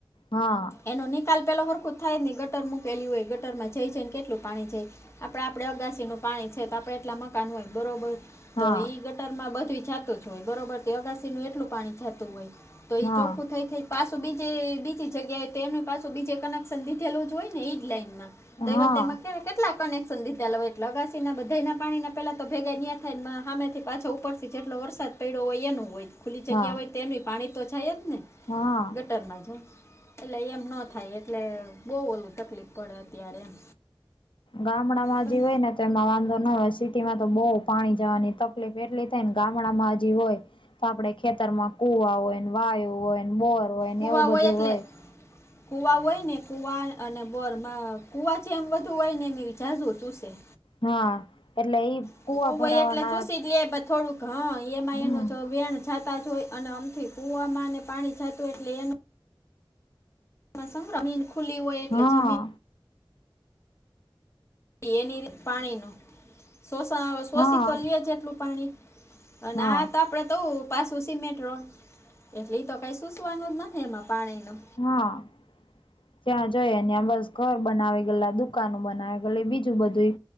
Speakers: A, on the left; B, on the left.
A: હા
B: એનો નિકાલ પહેલો વરખું જ થાય જ નહી ગટર મૂકેલી હોય ગટરમાં જઈ જઈ ને કેટલું પાણી જાય? આપડે આપડે અગાસીનું પાણી છે, તો આપડે એટલા મકાન હોય બરોબર
A: હા
B: તો ઈ ગટરમાં બધું જાતું જ હોય બરોબર તે અગાસી નું એટલું પાણી જાતું હોય તો ઈ
A: હા
B: ચોખ્ખું થઈ થઈ પાછું બીજે બીજી જગ્યાએ તેનું પાછું બીજે કનેક્શન લીધેલું જ હોય ને ઈ જ લાઈનમાં
A: હા
B: તેવા તેમા કે કેટલા કનેક્શન લીધાલા હોય એટલે અગાસીના બધાયના પાણીના પેલા તો ભેગા નીયા થાય હામે થી પાછો ઉપરથી જેટલો વરસાદ પડ્યો હોય એનું હોય ખુલ્લી જગ્યા
A: હા
B: હોય તેનું પાણી તો થાય જ ને
A: હા.
B: ગટરમાં છે, એટલે એમ ન થાય એટલે બો ઓલું તકલીફ પડે અત્યારે એમ
A: ગામડામાં
B: પણ
A: જે હોય ને તેમાં વાંધો ન હોય સિટીમાં તો બો પાણી જવાની તકલીફ એટલી થાય ને ગામડામાં હજી હોય તો આપડે ખેતરમાં કુવા હોય ને વાયુ હોય બોર હોય. ને
B: કુવાઓ
A: એવું બધું
B: એકલે
A: હોય
B: કૂવા હોય ને કૂવા અને બોરમાં કૂવા જેમ વધું હોય ને એ વિચા <unintelligible>
A: હા એટલે ઈ
B: <unintelligible>
A: કુવા ભરાવાના
B: એટલે ચૂસી જ લે પણ થોડુંક હ એમાં
A: હમ
B: એનું તો વેણ થ તા જ હોય અને અમથી કુવામાં અને પાણી જાતું એટલે એ <unintelligible> જમીન ખુલી હોય એટલે
A: હા
B: જમી એની રી પાણી ન શોષણ શોષિત
A: હા
B: તો લેજ એટલું પાણી અને
A: હા
B: આ તા આપણે તો પાછું સિમેન્ટ રોડ એટલે એ તો કાય સુસવાનું જ નથી એમાં પાણી ન
A: હ. ત્યાં જય અને બસ ઘર બનાવી ગેલા દુકાનો બનાવી ગેલી બીજું બધું